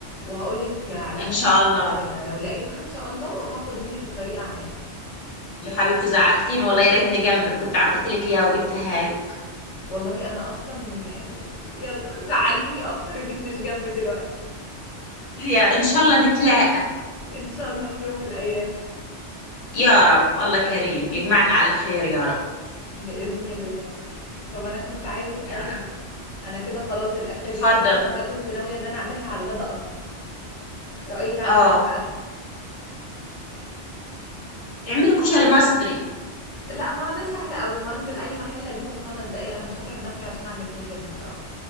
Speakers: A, on the left; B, on the left.
A: وهقول لك على
B: إن
A: اخر
B: شاء
A: النهار
B: الله
A: كده لو لقيتها ان شاء الله هاخد منك الطريقه اعملها
B: يا حبيبتي زعلتيني والله يا ريتني جنبك كنت عملت لك إياها وجبتها لك
A: والله انا اصلا يعني يلا زعلتيني اكتر انك مش جنبي دلوقتي
B: يا إن شاء الله نتلاقى
A: ان شاء الله في يوم من الايام
B: يا رب الله كريم يجمعنا على خير يا رب
A: باذن الله طب انا كنت عايزه اسالك
B: يا رب
A: بقى انا كده خلاص الاكله
B: اتفضل
A: دي باظت وانا كنت ناويه ان انا اعملها على الغدا اصلا رايك اعمل
B: اه
A: ايه بقى
B: اعملي كشري مصري
A: لا ما ده سهل قوي ما انزل اي محل اجيبه في خمس دقايق انا مش هتعب نفسي عشان اعمل كشري الصراحه